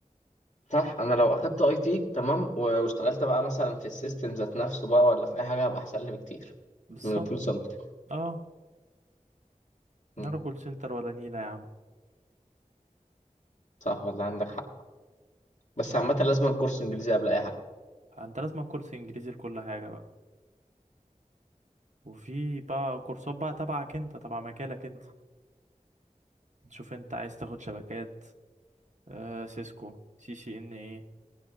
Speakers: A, on the left (about 60°); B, on the right (about 60°).
A: صح انا لو اخدت اي تي تمام و- واشتغلت بقى مثلا في السيستم ذات نفسه بقى ولا في اي حاجة هبقى احسن لي بكتير
B: بالظبط
A: من الكول سنتر
B: اه
A: م.
B: ولا كول سنتر ولا نيلة يا عم
A: صح والله عندك حق بس
B: مم.
A: عامة لازم كورس انجليزي قبل اي حاجة
B: انت لازم كورس انجليزي لكل حاجة بقى وفي بقى كورسات بقى تبعك انت تبع مجالك انت تشوف انت عايز تاخد شبكات آه سيسكو سي سي ان ايه